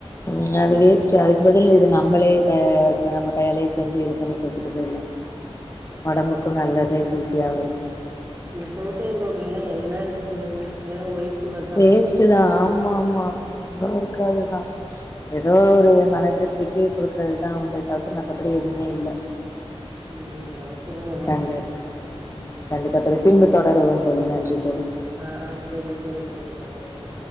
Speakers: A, on the left; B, on the right.
A: ம் அது வேஸ்ட்டு அதுக்கு பதில் இது நம்மளே கே க நம்ம கையாலே செஞ்சு இது பண்ணி குடுத்துட்டு போயிர்லா
B: <inaudible>
A: ஒடம்புக்கு
B: ஆமா.
A: நல்லது ஹெல்த்தியாவு இருக்கு
B: இந்த ப்ரோட்டீன் பவுடர்லா என்ன இருக்கு சொல்லுங்க வெறு ஒயிட் சுகர்
A: தான் ஆமா ஆமா ரொம்ப இருக்காதுதான் ஏதோ
B: ம்.
A: ஒரு
B: அது
A: மனதிரு க்கி கொடுக்குறது தான் உன்றை தவ்த்து மத்தபடி எதுவுமே இல்லை
B: ம் சொல்லுங்க வேணா.
A: கண்டி உம் கண்டிப்பா தோழி பின்பு தொடருவோம் தோழி நன்றி தோழி
B: ஆஹ் ஆஹ் சரி சரி
A: ம்.
B: சரி சரி தோழி